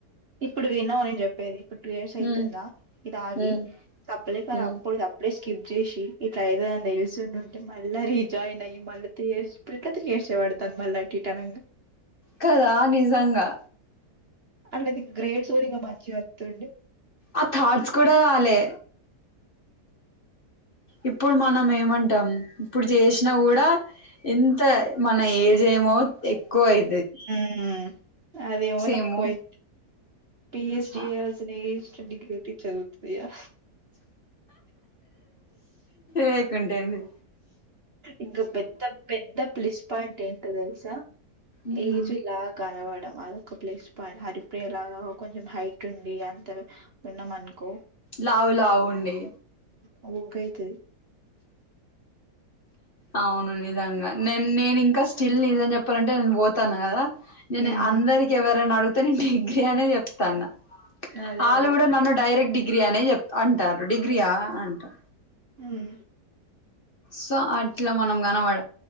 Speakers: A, on the right (about 40°); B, on the left (about 35°).
A: ఇప్పుడు విన్నావా నేను చెప్పేది ఇప్పుడు టూ ఇయర్స్ అయితుందా
B: ఉమ్
A: ఇది అగి
B: ఉమ్
A: తప్పలేక
B: ఉమ్
A: అప్పుడు త ఇప్పుడే స్కిప్ చేసి ఇట్ల అయితదని తెలుసుండుంటే మళ్ళా రీజాయిన్ అయ్యి మళ్ళ త్రీ ఇయర్స్ ప్రీపథింగ్ చేసేవాడు తను మల్ల అటు ఇటు అనంగా
B: కదా నిజంగా
A: అంటే అది గ్రేడ్స్ ఒడిగా మార్చి వత్తుండే
B: ఆ థాట్స్ కూడా రాలే ఇప్పుడు మనం ఏమంటం ఇప్పుడు జేసినా కూడా ఎంత మన ఏజ్ ఏమో ఎక్కువయి
A: ఉమ్మ్ అదేమో తక్కువయి
B: ఏమో
A: పిఎస్‌‌టిఎస్
B: చ
A: స్నేష్ట్ డిగ్రీ ఐటి చదువుతుదియా
B: లేకుంటే ఏంది
A: ఇంకా పెద్ద పెద్ద ప్లస్ పాయింట్ ఎంటో తెలుసా
B: ఉమ్
A: ఏజ్‌లా కనపడం అదొక ప్లేస్ పాయింట్ హరిప్రియ లాగా కొంచెం హైట్ ఉండి అంత ఉన్నామనుకో
B: లావు లావు ఉండి
A: ఉమ్మ్ ఓంకైతది
B: అవును నిజంగా నేన్ నేను ఇంకా స్టిల్ నిజం చెప్పాలంటే నేను పోతాను కదా నేను
A: మ్మ్
B: అందరికి ఎవరన్నా అడుగితే నేను డిగ్రీ అనే చెప్తాన్న
A: అదే
B: ఆళ్ళు
A: అదే
B: కూడా నన్ను డైరెక్ట్ డిగ్రీ అనే చెప్ అంటారు డిగ్రీయా అంటా
A: ఉమ్మ్
B: సో అట్లా మనం కనపడ